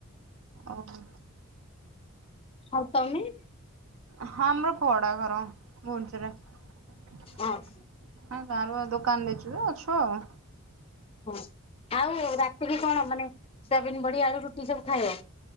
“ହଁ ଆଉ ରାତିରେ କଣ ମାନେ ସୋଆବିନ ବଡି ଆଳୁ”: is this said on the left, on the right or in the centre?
Left